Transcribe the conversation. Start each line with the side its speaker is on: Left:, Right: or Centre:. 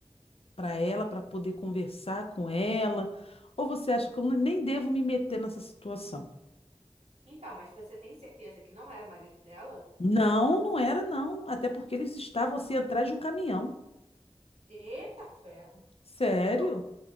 Left: para ela, para poder conversar com ela? Ou você acha que eu nem devo me meter nessa situação?
Right: Então, mas você tem certeza que não era o marido dela?
Left: Não, não era não, até porque eles estavam assim atrás de um caminhão.
Right: Eita ferro.
Left: Sério?
Right: Então,